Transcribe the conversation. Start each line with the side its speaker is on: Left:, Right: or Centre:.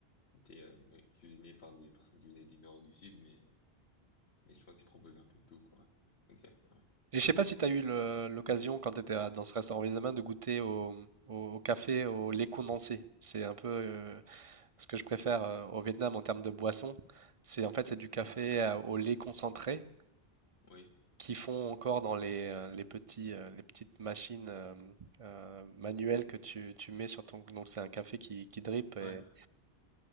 Left: C'était euh, ouais, cuisiné par des personnes qui venaient du nord ou du sud, mais, mais je pense qu'ils proposaient un peu de tout, quoi. ouais. Ok. quand même.
Right: Et je sais pas si tu as eu le- l'occasion quand tu étais dans ce restaurant vietnamien de goûter au, au- au café au lait condensé. C'est un peu euh, ce que je préfère euh, au Vietnam en termes de boisson. C'est en fait c'est du café
Left: Ah,
Right: euh, au lait concentré
Left: oui.
Right: qui font encore dans les, euh, les petits, euh, les petites machines euh, euh, manuelles que tu, tu mets sur ton... Donc c'est un café qui, qui drip. Et,
Left: Ouais.